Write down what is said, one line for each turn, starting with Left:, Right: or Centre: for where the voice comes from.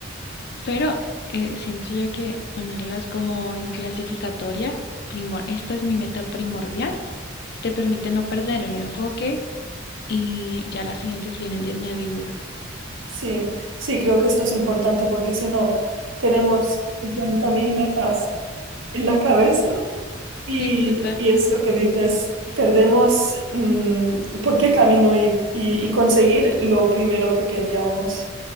Left: Pero eh, siento yo que ponerlas como en clasificatoria, primor, esta es mi meta primordial, te permite no perder el enfoque y ya las siguientes vienen de añadidura.
Right: Sí, sí, creo que esto es importante porque si no, tenemos 50.000 metas en la cabeza Y,
Left: Sí, total.
Right: y es lo que dices, perdemos mm, por qué camino ir y, y conseguir lo primero que queríamos.